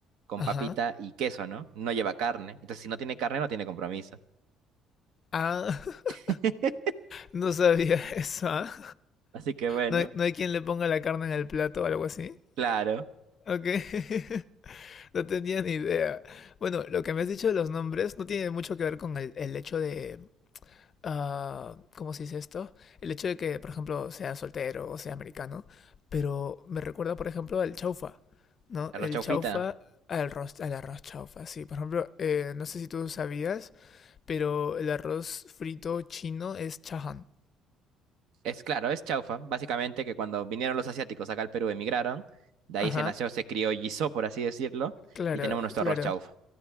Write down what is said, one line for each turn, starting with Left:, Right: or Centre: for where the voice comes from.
Right: con
Left: Ajá.
Right: papita y queso, ¿no? No lleva carne. Entonces, si no tiene carne, no tiene compromiso.
Left: Ah, <laughs>
Right: <laughs>
Left: no sabía eso, ¿ah?
Right: Así que bueno,
Left: ¿No hay, no hay quien le ponga la carne en el plato o algo así?
Right: claro.
Left: Ok. <laughs> No tenía ni idea. Bueno, lo que me has dicho de los nombres no tiene mucho que ver con el, el hecho de... ah, ¿cómo se dice esto? El hecho de que, por ejemplo, sea soltero o sea americano. Pero me recuerda, por ejemplo, al chaufa, ¿no?
Right: Arroz
Left: El
Right: chaufita.
Left: chaufa al arroz, al arroz chaufa, sí. Por ejemplo, eh, no sé si tú sabías, pero el arroz frito chino es chahan.
Right: Es claro, es chaufa. Básicamente que cuando vinieron los asiáticos acá al Perú, emigraron. De ahí
Left: Ajá,
Right: se nació, se criollizó, por así decirlo.
Left: claro,
Right: Y tenemos nuestro
Left: claro,
Right: arroz chaufa.